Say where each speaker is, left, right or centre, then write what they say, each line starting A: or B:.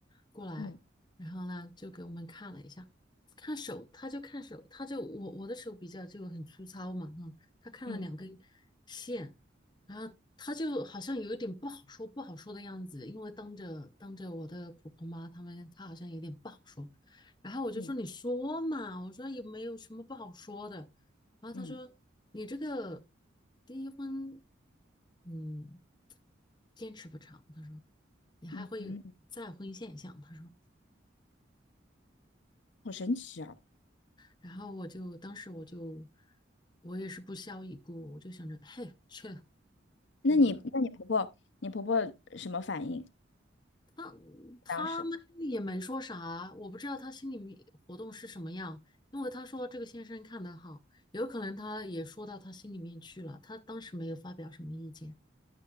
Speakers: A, on the left; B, on the left.
A: 过来，
B: 嗯
A: 然后呢就给我们看了一下，看手，他就看手，他就我我的手比较就很粗糙嘛，哈，他看了两根
B: 嗯
A: 线，然后他就好像有一点不好说不好说的样子，因为当着当着我的婆婆妈他们，他好像有点不好说。然后我就说你说嘛，
B: 嗯
A: 我说有没有什么不好说的？然后他说你这个
B: 嗯
A: 第一婚，嗯，坚持不长。他说你还会有再婚现象。
B: 嗯嗯，
A: 他说，
B: 好神奇啊！
A: 然后我就当时我就我也是不屑一顾，我就想着嘿去，
B: 那你那你婆婆你婆婆什么反应？
A: 嗯，他他们也没说啥，
B: 当时
A: 我不知道他心里面活动是什么样，因为他说这个先生看的好。有可能他也说到他心里面去了，他当时没有发表什么意见。